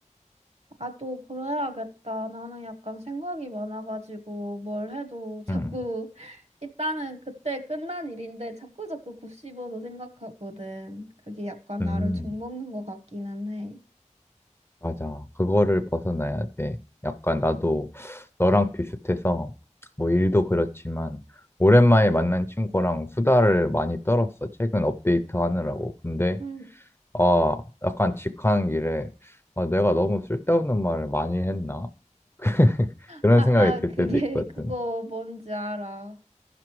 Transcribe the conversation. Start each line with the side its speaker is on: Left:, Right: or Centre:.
Right: 나도 그래야겠다. 나는 약간 생각이 많아가지고 뭘 해도 자꾸
Left: 음.
Right: <laughs> 일단은 그때 끝난 일인데 자꾸 자꾸 곱씹어서 생각하거든. 그게 약간
Left: 음.
Right: 나를 종먹는 것 같기는 해.
Left: 맞아. 그거를 벗어나야 돼. 약간 나도 너랑 비슷해서 뭐 일도 그렇지만 오랜만에 만난 친구랑 수다를 많이 떨었어. 최근 업데이트 하느라고. 근데
Right: 음,
Left: 아, 약간 집 가는 길에 아, 내가 너무 쓸데없는 말을 많이 했나? <laughs> 그런
Right: 아,
Left: 생각이
Right: 나
Left: 들
Right: 그게
Left: 때도 있거든.
Right: <laughs> 그거 뭔지 알아.